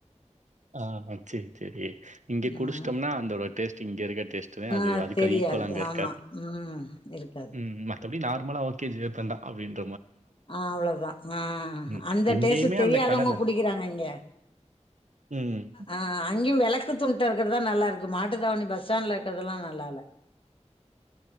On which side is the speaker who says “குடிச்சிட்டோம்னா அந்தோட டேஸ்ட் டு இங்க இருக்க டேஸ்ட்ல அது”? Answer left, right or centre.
Right